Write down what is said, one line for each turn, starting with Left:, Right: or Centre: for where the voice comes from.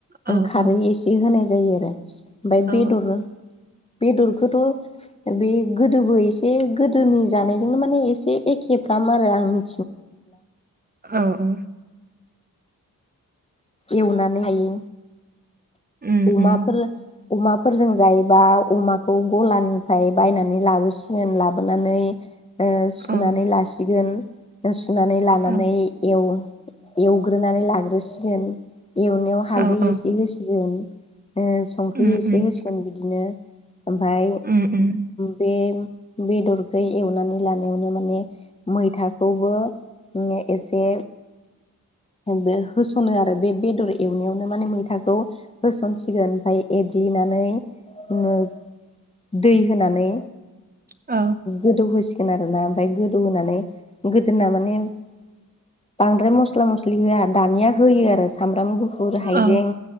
Right: औ
Left: खारै
Right: औ
Left: एसे होनाय जायो आरो ओमफ्राय
Right: औ
Left: बेदर बेदरखौथ' बे गोदोबो एसे गोदोनि जानायजोंनो माने एसे एखे फ्राम आरो आंनि
Right: औ औ
Left: एवनानै जायो
Right: उम
Left: अमाफोर
Right: उम
Left: अमाफोरजों जायोबा अमाखौ गलानिफ्राय बायनानै लाबोसिगोन लाबोनानै ओ सुनानै
Right: औ
Left: लासिगोन सुनानै लानानै
Right: औ
Left: एवो एवग्रोनानै लाग्रोसिगोन एवनायाव हालदै
Right: औ औ
Left: एसे होसिगोन संख्रि
Right: उम
Left: एसे
Right: उम
Left: होसिगोन बिदिनो ओमफाय
Right: उम उम
Left: बे बेदरखो एवनानै लानायावनो माने मैथाखौबो एसे बे होसनो आरो बे बेदर एवनायावनो माने मैथाखौ होसनसिगोन ओमफ्राय एर ग्लिनानै ओ दै होनानै
Right: औ
Left: गोदौ होसिगोन आरो ना ओमफ्राय गोदौ होनानै गोदोना माने बांद्राय मस्ला मस्लि होआ दानिया होयो आरो सामब्राम गु फुर
Right: औ
Left: हाइजें